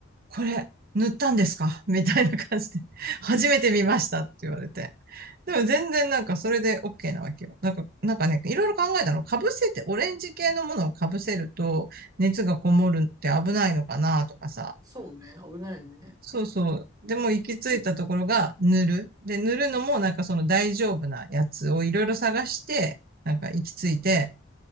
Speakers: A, on the right; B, on the right.
A: これ、塗ったんですか <laughs> みたいな感じで、<laughs> 初めて見ましたって言われて。でも全然なんかそれで OK なわけよ。なんか、なんかね、いろいろ考えたの。被せて、オレンジ系のものを被せると熱がこもるって危ないのかなとかさ、
B: そうね、危ないね。
A: そうそう。でもう行き着いたところが塗る。で、塗るのもなんかその大丈夫なやつをいろいろ探して、なんか行き着いて、